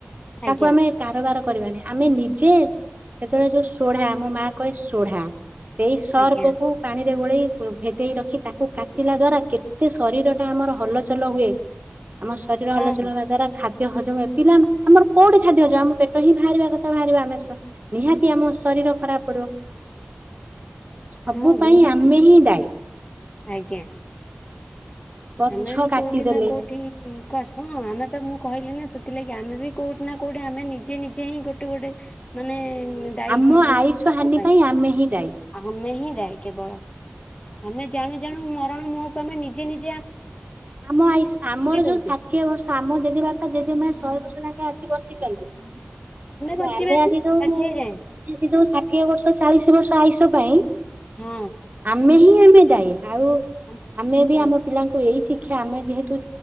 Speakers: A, on the right (about 45°); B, on the left (about 25°).
A: ତାକୁ
B: ଆଜ୍ଞା
A: ଆମେ କାରବାର କରିବାନି, ଆମେ ନିଜେ ସେତେବେଳେ ଯୋଉ ସୋଢା, ମୋ ମା କହେ ସୋଢା, ସେଇ ସର୍ପକୁ
B: ଆଜ୍ଞା
A: ପାଣି ଗୋଳେଇ ଭେଦେଇ ରଖି ତାକୁ କାଚିଲା ଦ୍ଵାରା, କେତେ ଶରୀର ଟା ଆମର ହଲଚଲ ହୁଏ। ଆମ ଶରୀର
B: ହଁ
A: ହଲଚଲ ହେବା ଦ୍ୱାରା ଖାଦ୍ୟ ଖାଦ୍ୟ ହଜମ ଅଛିନା, ଆମର କୋଉଠି ଖାଦ୍ୟ ହଜମ ଆମ ପେଟ ହିଁ ବାହାରିବା କଥା, ବାହାରିବ, ଆମେ ନିହାତି ଆମ ଶରୀର ଖରାପ ପଡିବ, ସବୁ
B: ହଁ
A: ପାଇଁ
B: ନିହାତି
A: ଆମେ ହିଁ ଦାୟୀ।
B: ଆଜ୍ଞା।
A: ଗଛ
B: ଆମେ ବି
A: କାଟିଦେଲେ
B: କୋଉଠି ନା କୋଉଠି ଙ୍କ ଆସମ ଆମେ ତ ମୁଁ କହିଲି ନା ସେ ଥିଲା କି, ଆମେ ବି କୋଉଠି ନା କୋଉଠି ଆମେ ନିଜେ ନିଜେ ହିଁ ଗୋଟେ ଗୋଟେ ମାନେ ଦାଇ
A: ଆମ
B: ସବୁ
A: ଆୟୁଷ
B: ତା
A: ହାନି
B: ପାଇଁ,
A: ଆମେ ହିଁ ଦାୟୀ।
B: ଆମେ ହିଁ ଥାଏ କେବଳ, ଆମେ ଜାଣୁ ଜାଣୁ ମରଣ ମୁହଁକୁ ଆମେ ନିଜେ ନିଜ
A: ଆମ ଆଇସ ଆମର ଯୋଉ
B: ଦଉଛେ
A: ଷାଠିଏ ବର୍ଷ ଆମ ଜେଜେ ବାପା ଜେଜେ ମା ଶହେ ବର୍ଷ ନାକେ ଆଜି ବସିଛନ୍ତି କିନ୍ତୁ
B: ବଞ୍ଚିବାନି
A: ଆମେ ଆଜି ଯୋଉ
B: ଷାଠିଏ ଯାଏଁ
A: ଏଠି ଷାଠି ଷାଠିଏ ବର୍ଷ ଚାଳିଶ ବର୍ଷ ଆୟୁଷ ପାଇଁ
B: ହଁ
A: ଆମେ ହିଁ ଆମେ ଦାଏ। ଆଉ
B: ଆମ
A: ଆମେ ବି
B: ନା
A: ଆମ ପିଲାଙ୍କୁ ଏଇ ଶିକ୍ଷା ଆମେ ଯେହେତୁ